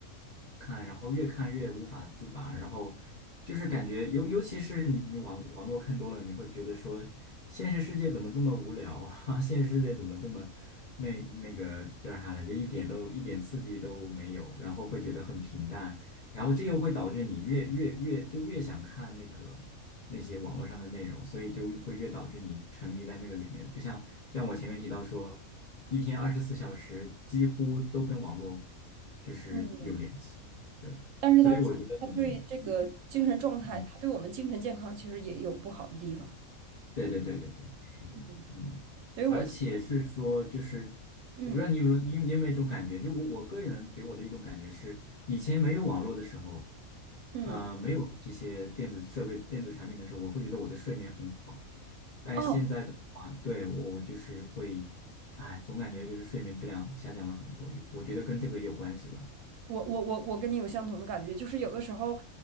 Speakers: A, on the left; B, on the right.
A: 然后越看越无法自拔，然后就是感觉尤尤其是你你网网络看多了，你会觉得说现实世界怎么这么无聊啊？<laughs> 现实世界怎么这么那那个叫啥来着？一点都一点刺激都没有，然后会觉得很平淡，然后这又会导致你越越越就越想看那个。那些网络上的内容，所以就会越导致你沉迷在那个里面。就像就像我前面提到说，一天二十四小时几乎都跟网络就是有联系。
B: 嗯，
A: 对，
B: 但是它它对这个精神状态，
A: 所以我觉得你，嗯嗯，
B: 它对我们精神健康其实也有不好的地方，
A: 对对对对对，是的，
B: 嗯，
A: 嗯，
B: 所以我就
A: 而且是说，就是我不知道你有没有，
B: 嗯
A: 你有你有没有一种感觉，就我我个人给我的一种感觉是，以前没有网络的时候，
B: 嗯。
A: 呃，没有这些电子设备、电子产品的时候，我会觉得我的睡眠很好，但是现在的话，
B: 哦，
A: 对，我我就是会，哎，总感觉就是睡眠质量下降了很多，我觉得跟这个也有关系吧。
B: 我我我我跟你有相同的感觉，就是有的时候